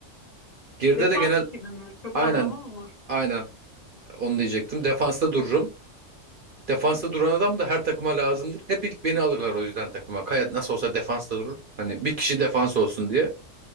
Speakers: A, on the right; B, on the left.
A: Geride
B: Defans
A: de genel
B: gibi mi? Çok
A: aynen
B: anlamam ama.
A: Aynen. Onu diyecektim. Defansta dururum. Defansta
B: Hı hı.
A: duran adam da her takıma lazımdır. Hep ilk beni alırlar o yüzden takıma. Kaya nasıl olsa defansta durur. Hani bir kişi defans olsun diye.